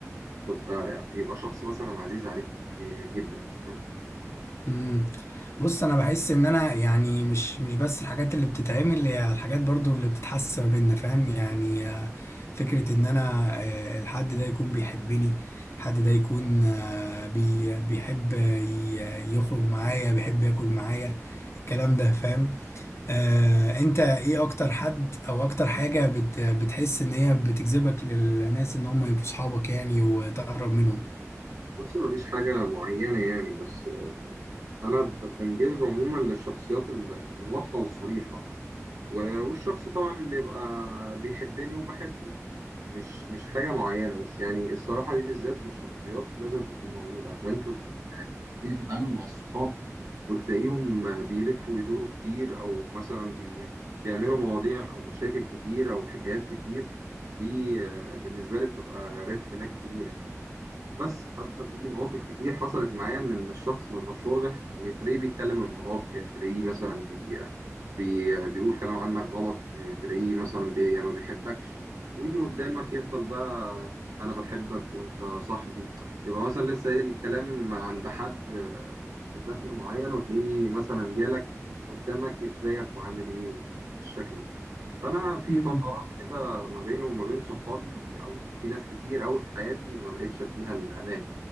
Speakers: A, on the right; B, on the left.
A: تبقى يبقى شخص مثلا عزيز عليك جدا فاهم
B: امم بص انا بحس ان انا يعني مش مش بس الحاجات اللي بتتعمل هي الحاجات برضو اللي بتتحس ما بيننا فاهم يعني آه، فكرة ان انا آه، الحد ده يكون بيحبني الحد ده يكون آه، بي بيحب ي- يخرج معايا بيحب ياكل معايا الكلام ده فاهم آه انت ايه اكتر حد او اكتر حاجة بت بتحس ان هي بتجذبك للناس ان هم يبقوا صحابك يعني وتقرب منهم
A: بص مفيش حاجة معينة يعني بس آه، أنا ب- بنجذب عموما للشخصيات ال- الواضحة والصريحة و- والشخص طبعا اللي يبقى بيحبني وبحبه مش مش حاجة معينة بس يعني الصراحة دي بالذات في الشخصيات لازم تكون موجودة عشان انت يعني لما تيجي تتعامل مع الصحاب وتلاقيهم بيلفوا ويدوروا كتير او مثلا بي بيعملوا مواضيع او مشاكل كتير او حكايات كتير دي آه، بالنسبة لي بتبقى ريد فلاج كبيرة يعني بس حتى في مواقف كتير حصلت معايا ان إن الشخص ما بيبقاش واضح إيه، تلاقيه بيتكلم من وراك تلاقيه مثلا بي بي بيقول كلام عنك غلط تلاقيه مثلا بي يعني ما بيحبكش ويجي قدامك يفضل بقى انا بحبك وانت صاحبي يبقى مثلا لسه ايه الكلام عند حد آه، بش- بشكل معين وتلاقيه مثلا جالك قدامك ازيك وعامل ايه بالشكل ده فانا في
B: امم
A: فترات كده ما بينه وما بين صحابي او في ناس كتير قوي في حياتي ما بقتش اديها الامان